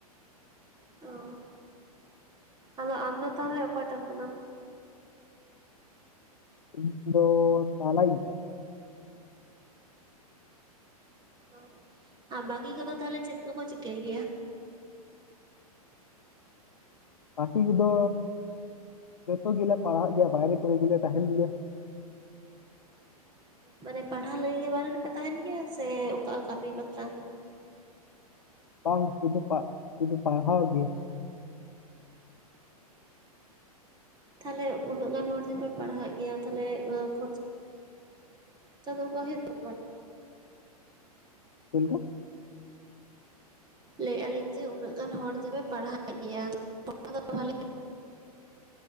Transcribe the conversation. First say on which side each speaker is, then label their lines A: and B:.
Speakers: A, on the right; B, on the left.
A: ᱚᱻ ᱟᱫᱚ ᱟᱢᱫᱚ ᱛᱟᱦᱚᱞᱮ ᱚᱠᱟᱴᱮᱱ ᱠᱟᱱᱟᱢ?
B: ᱤᱧ ᱫᱚ ᱛᱟᱞᱟᱭᱤᱡ ᱾
A: ᱚᱻ ᱟᱨ ᱵᱟᱠᱤ ᱠᱚᱫᱚ ᱛᱟᱦᱚᱞᱮ ᱪᱮᱫ ᱠᱚ ᱠᱚ ᱪᱤᱠᱟᱹᱭ ᱜᱮᱭᱟ?
B: ᱵᱟᱠᱤ ᱠᱚᱫᱚ ᱡᱚᱛᱚ ᱜᱮᱞᱮ ᱯᱟᱲᱦᱟᱜ ᱜᱮᱭᱟ ᱵᱟᱭᱨᱮ ᱠᱚᱨᱮ ᱜᱮᱞᱮ ᱛᱟᱦᱮᱱ ᱜᱮᱭᱟ ᱾
A: ᱢᱟᱱᱮ ᱯᱟᱲᱦᱟᱣ ᱞᱟᱹᱜᱤᱫ ᱜᱮ ᱵᱟᱨᱮ ᱨᱮᱯᱮ ᱛᱟᱦᱮᱱ ᱜᱮᱭᱟ ᱥᱮ ᱚᱱᱠᱟ ᱠᱟᱹᱢᱤ ᱵᱟᱠᱷᱨᱟ ᱦᱚᱸ?
B: ᱵᱟᱝ ᱥᱩᱫᱩ ᱯᱟᱜ ᱥᱩᱫᱩ ᱯᱟᱲᱦᱟᱣ ᱜᱮ ᱾
A: ᱛᱟᱦᱮᱞᱮ ᱩᱱᱟᱹᱜ ᱜᱟᱱ ᱦᱚᱲ ᱜᱮᱯᱮ ᱯᱟᱲᱦᱟᱜ ᱮᱫ ᱜᱮᱭᱟ ᱛᱟᱦᱞᱮ ᱠᱷᱚᱨᱪᱟ ᱫᱚ ᱚᱱᱠᱟ ᱦᱩᱭᱩᱜ <unintelligible>
B: ᱪᱮᱫ ᱞᱮᱠᱟ?
A: ᱞᱟᱹᱭᱮᱜᱼᱟ ᱞᱤᱧ ᱡᱮ ᱩᱱᱟᱹᱜ ᱜᱟᱱ ᱦᱚᱲ ᱡᱮᱯᱮ ᱯᱟᱲᱦᱟᱜ ᱮᱫ ᱜᱮᱭᱟ ᱫᱚ ᱯᱟᱲᱦᱟᱣ <unintelligible>